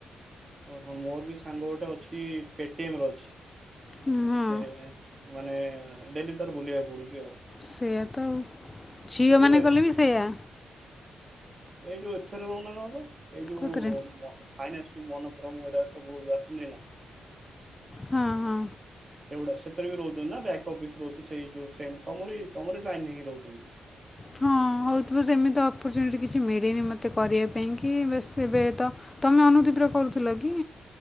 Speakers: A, on the right; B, on the left.
A: ଓହୋ ମୋର ବି ସାଙ୍ଗ ଗୋଟେ ଅଛି ପେଟିଏମ୍ ର ଅଛି।
B: ହଁ
A: ସେ ମାନେ ଡେଲି ତାର ବୁଲିବାକୁ ପଡୁଛି। ଆଉ
B: ସେୟା ତ ଆଉ ଝିଅମାନେ
A: କିନ୍ତୁ
B: କଲେ ବି ସେଇଆ।
A: ଏଇ ଯୋଉ ଏଥରେ ରହୁନା ନହେଲେ। ଏଇ ଯୋଉ
B: କେଉଁଥିରେ
A: ଫାଇନାନ୍ସ୍ ମନୋପୁରମ ଏଡା ସବୁ ଆସୁନି ନା
B: ହଁ ହଁ।
A: ସେଗୁଡା ସେଥିରେ ବି ରହୁଛନ୍ତି ନା ବ୍ୟାକ୍ଅଫ୍ ବି ରହୁଛି ସେଇ ଯୋଉ ସେମ୍ ତମରି ତମରି ଲାଇନ୍ ହେଇ ରହୁଛନ୍ତି।
B: ହଁ। ହଉଥିବ ସେମିତି ଅପର୍ଚୁନିଟି କିଛି ମିଳିନି ମୋତେ କରିବା ପାଇଁ କି ବେଶ୍ ଏବେ ତ ତମେ ଅନୁଦିଦି କରୁଥିଲ କି?